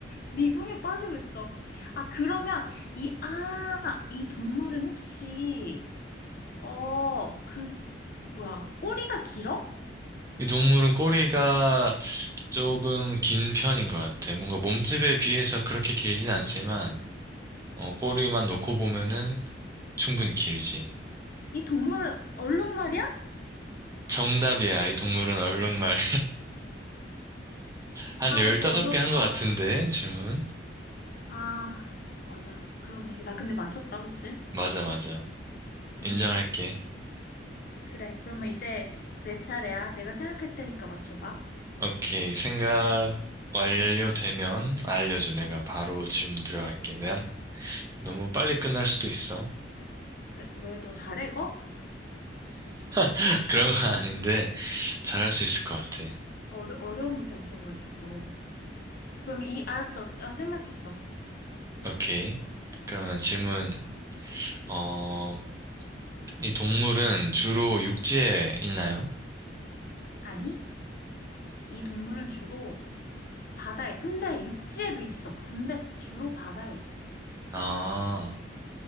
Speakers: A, on the left; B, on the right.
A: 미궁에 빠지고 있어. 아, 그러면 이, 아, 이 동물은 혹시, 어, 그, 뭐야, 꼬리가 길어?
B: 이 동물은 꼬리가 조금 긴 편인 것 같아. 뭔가 몸집에 비해서 그렇게 길진 않지만, 어, 꼬리만 놓고 보면은 충분히 길지.
A: 이 동물은 얼룩말이야?
B: 정답이야, 이 동물은 얼룩말. 한
A: 아,
B: 열다섯
A: 이거 어렵다.
B: 개 한 것 같은데, 질문.
A: 아, 맞아. 그러네. 나 근데 맞췄다, 그치?
B: 맞아, 맞아. 인정할게.
A: 응. 그래. 그러면 이제 내 차례야. 내가 생각할 테니까 맞춰봐.
B: 오케이. 생각 완료되면 알려줘. 내가 바로 지금 들어갈게. 내가 너무
A: 알겠어.
B: 빨리 끝날 수도 있어.
A: 네, 왜 너 잘해 이거?
B: <laughs> 그런 건 아닌데, 잘할 수 있을 것 같아.
A: 어려, 어려운 거 생각해봐야겠어. 그럼 이, 알았어. 아, 생각했어.
B: 오케이. 그러면 질문, 어, 이 동물은 주로 육지에 있나요?
A: 아니, 이 동물은 주로 바다에, 근데 육지에도 있어. 근데 주로 바다에 있어.
B: 아,